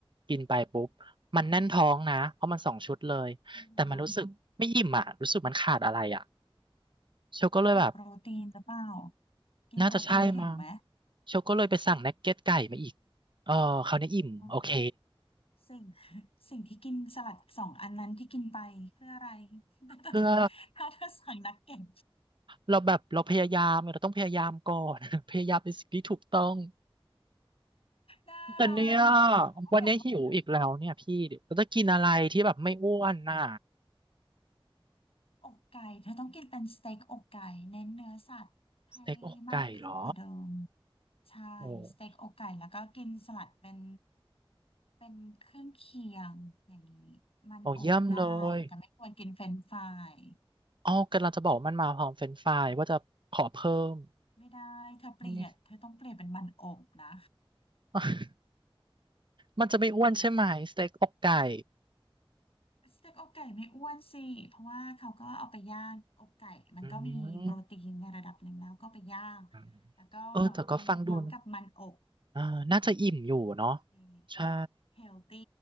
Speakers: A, on the right; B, on the left.
A: กินไปปุ๊บมันแน่นท้องนะเพราะมันสองชุดเลยแต่มันรู้สึกไม่อิ่มอ่ะรู้สึกมันขาดอะไรอ่ะ
B: อ๋อ
A: เชลก็เลยแบบ
B: ขาดโปรตีนหรือเปล่า กินโปรตีนถึงไหม
A: น่าจะใช่มั้งเชลก็เลยไปสั่งนักเก็ตไก่มาอีกเออคราวนี้อิ่มโอเค
B: อ๋อสิ่งสิ่งที่กินสลัดสองอันนั้นที่กินไปเพื่ออะไร <laughs> ถ้าเธอ
A: เพื่อ
B: ถ้าเธอสั่งนักเก็ต
A: เราแบบเราพยายามไงเราต้องพยายามก่อน <laughs> พยายามเป็นสิ่งที่ถูกต้อง
B: น่ารัก
A: แต่เนี่ย
B: ถ้าเกิดว่า
A: วันนี้หิวอีกแล้วเนี่ยพี่เดี๋ยวเราจะกินอะไรที่แบบไม่อ้วนน่ะ
B: จะเป็นอย่างนั้น อกไก่เธอต้องกินเป็นสเต็กอกไก่เน้นเนื้อสัตว์ให้
A: สเต็กอกไก่เหรอ
B: มากขึ้นกว่าเดิมใช่
A: โอ้
B: สเต็กอกไก่แล้วก็กินสลัดเป็นเป็นเครื่องเคียงอย่างนี้มันอบได้แต่ไม่ควรกินเฟรนช์ฟราย
A: โอ้เยี่ยมเลยอ๋อกำลังจะบอกมันมาพร้อมเฟรนช์ฟรายว่าจะขอเพิ่ม
B: ไม่ได้เธอเปลี่ยนเธอต้องเปลี่ยนเป็นมันอบนะ
A: อืม <laughs> มันจะไม่อ้วนใช่ไหมสเต็กอกไก่
B: สเต็กอกไก่ไม่อ้วนสิเพราะว่าเขาก็เอาไปย่างอกไก่มันก็มีโปรตีนในระดับหนึ่งแล้วก็ไปย่าง
A: อืม อ่า
B: แล้วก็
A: เออแต่ก็ฟังดูนะ
B: กินพร้อมกับมันอบ
A: อ่าน่าจะอิ่มอยู่เนาะ
B: นี่
A: ใช่
B: เฮลตี้